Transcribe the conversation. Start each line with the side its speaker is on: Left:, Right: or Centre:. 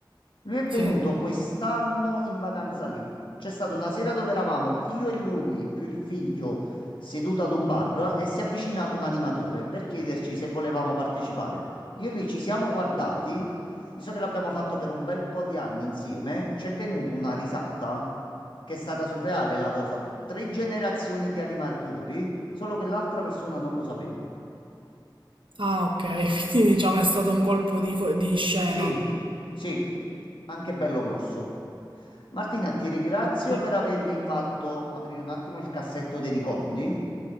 Left: lui è venuto
Right: sì.
Left: quest'anno in vacanza lì. C'è stata una sera dove eravamo io e lui, più il figlio, seduto ad un bar e si è avvicinato un animatore per chiederci se volevamo partecipare. Io e lui ci siamo guardati, visto che l'abbiamo fatto per un bel po' di anni insieme, c'è venuta una risata che è stata surreale la cosa. Tre generazioni di animatori, solo che l'altra persona non lo sapeva.
Right: Ah, ok, <laughs> quindi diciamo è stato un colpo di, fo- di scena.
Left: Sì, sì, anche bello grosso. Martina, ti ringrazio
Right: Sì.
Left: per avermi fatto aprire un attimo il cassetto dei ricordi,